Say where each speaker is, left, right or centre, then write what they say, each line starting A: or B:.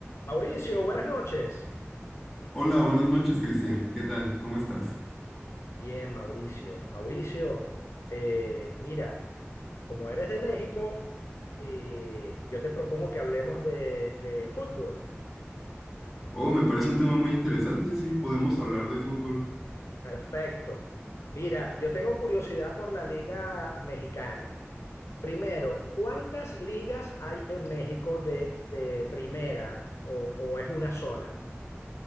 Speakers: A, on the left (about 75°); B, in the centre.
A: Mauricio, buenas noches.
B: Hola, buenas noches, Cristian. ¿Qué tal? ¿Cómo estás?
A: Bien, Mauricio. Mauricio, eh, mira, como eres de México, eh, yo te propongo que hablemos de, de fútbol.
B: Oh, me parece un tema muy interesante. Sí, podemos hablar de fútbol.
A: Perfecto. Mira, yo tengo curiosidad por la liga mexicana. Primero, ¿cuántas ligas hay en México de, de primera o, o es una sola?